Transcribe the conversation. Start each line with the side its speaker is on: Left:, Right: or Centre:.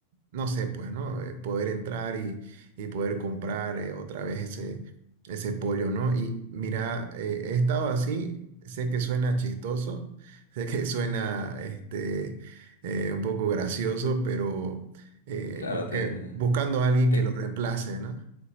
Right: no sé, pues, ¿no? Eh, Poder entrar y, y poder comprar eh, otra vez ese, ese pollo, ¿no? Y mira, eh, he estado así, sé que suena chistoso, <laughs> sé que suena, este, eh, un poco gracioso, pero eh,
Left: Claro,
Right: como
Left: te,
Right: que buscando a alguien
Left: te,
Right: que lo reemplace, ¿no?